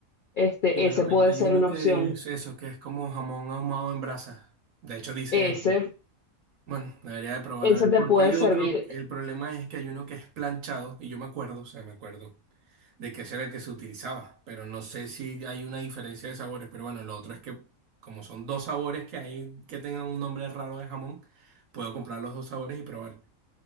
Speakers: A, on the left; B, on the right.
A: este,
B: Sí, bueno,
A: ese puede
B: hay, hay
A: ser
B: uno
A: una
B: que
A: opción.
B: es eso, que es como jamón ahumado en brasa. De hecho, dice
A: Ese,
B: eso. Bueno, debería de probar
A: ese
B: a ver.
A: te
B: Porque
A: puede
B: hay
A: servir.
B: otro, el problema es que hay uno que es planchado, y yo me acuerdo, o sea, me acuerdo de que ese era el que se utilizaba, pero no sé si hay una diferencia de sabores. Pero bueno, lo otro es que, como son dos sabores que hay que tengan un nombre raro de jamón, puedo comprar los dos sabores y probar.